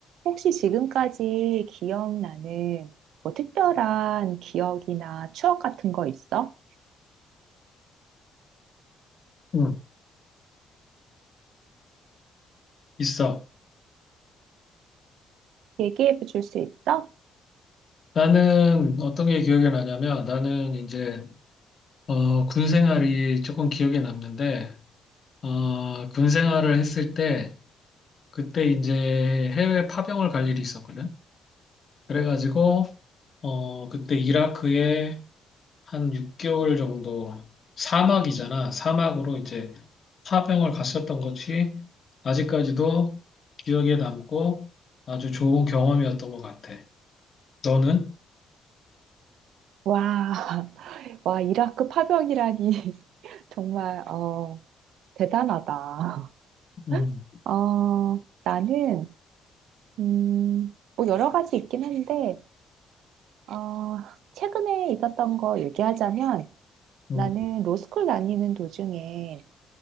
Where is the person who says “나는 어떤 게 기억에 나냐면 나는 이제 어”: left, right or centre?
Left